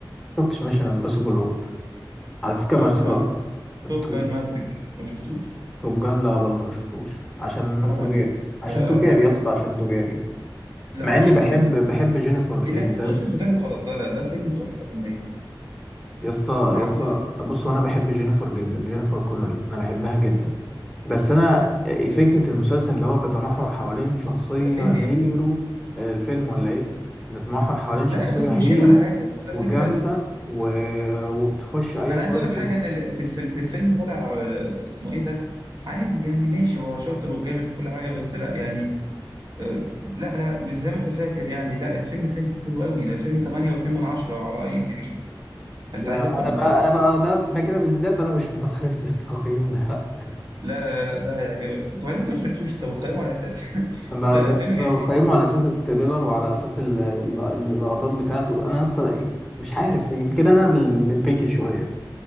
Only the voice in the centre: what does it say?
شفتش ميشن امبوسيبل على فكره ما
اتفرجت
توب
توب جان لا برضه ما شفتوش عشان
تجاري
عشان تجاري
يا اسطى عشان تجاري
مع اني
بحب
بحب
جينيفر جدا
يا اسطى
يا اسطى
بص هو انا بحب جينيفر جدا جينيفر كونولي انا بحبها جدا بس انا إيه، فكره المسلسل اللي هو بيتمحور حوالين شخصيه
هيرو
الفيلم ولا ايه بيتمحور حوالين شخصيه
هيرو
وجامده
و... وبتخش اي
فايت
لا،
انا
بقى
انا بقى ده ده كده بالذات انا مش <laughs> معترف بالتقييم ده
اما
ب-
بقيمه
على اساس التريلر وعلى اساس ال- ال- اللقطات بتاعته انا اصلا مش عارف يمكن انا اللي بيكي شويه